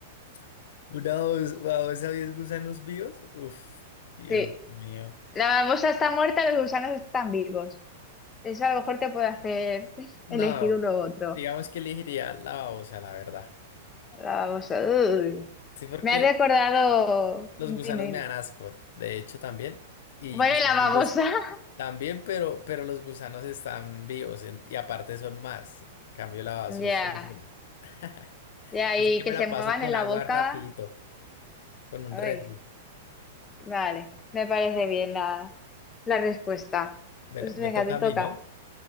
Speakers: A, on the left; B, on the left.
A: <laughs> una dos, dos a diez gusanos vivos. Uf, Dios
B: Sí.
A: mío.
B: La babosa está muerta, los gusanos están vivos. Eso a lo mejor te puede hacer <laughs>
A: No,
B: elegir uno u otro.
A: digamos que elegiría la babosa, la verdad.
B: La babosa. uy.
A: Sí, porque
B: Me has recordado. Dime,
A: los gusanos
B: dime.
A: me dan asco, de hecho también. Y,
B: Bueno,
A: y segundo,
B: la babosa. <laughs>
A: También, pero, pero los gusanos están vivos en- y aparte son más. En cambio, la basura
B: Ya,
A: solo es una. <laughs>
B: ya,
A: Así
B: y
A: que
B: que
A: me la
B: se
A: paso
B: muevan
A: con
B: en la
A: agua
B: boca.
A: rapidito, con un
B: Ay,
A: Red Bull.
B: vale, me parece bien la, la respuesta.
A: Bueno,
B: Pues venga,
A: me toca
B: te
A: a
B: toca.
A: mí, ¿no?